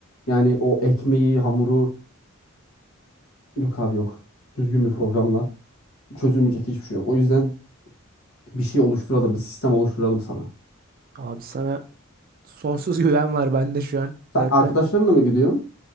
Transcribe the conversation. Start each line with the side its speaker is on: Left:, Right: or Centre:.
Left: Yani o ekmeği, hamuru. Yok abi yok. Düzgün bir programla çözülmeyecek hiçbir şey yok. O yüzden bir şey oluşturalım, bir sistem oluşturalım sana.
Right: Abi sana sonsuz <laughs> güven var bende şu an
Left: Sen
Right: zaten.
Left: arkadaşlarınla mı gidiyorsun?